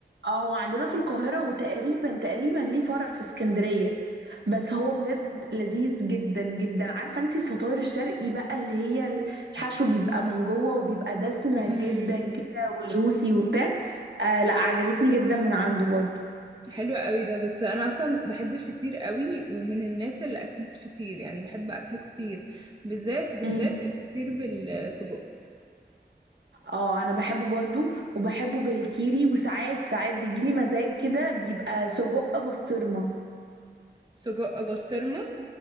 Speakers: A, on the right (about 75°); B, on the right (about 25°).
A: اه هو عندنا في القاهرة وتقريبا تقريبا ليه فرع في اسكندرية بس هو بجد لذيذ جدا جدا عارفة انت الفطاير الشرقي بقى اللي هي الحشو بيبقى من جوه وبيبقى دسمة
B: مم.
A: جدا كده وجوسي وبتاع آه لا عجبتني جدا من عنده برضو
B: حلو قوي ده بس انا اصلا بحب الفطير قوي ومن الناس اللي اكلت فطير يعني بحب اكله كتير بالذات بالذات
A: مم.
B: الفطير بالسجق
A: اه انا بحبه برضو وبحبه بالكيري وساعات ساعات بيجيلي مزاج كده بيبقى سجق بسطرمة
B: سجق بسطرمه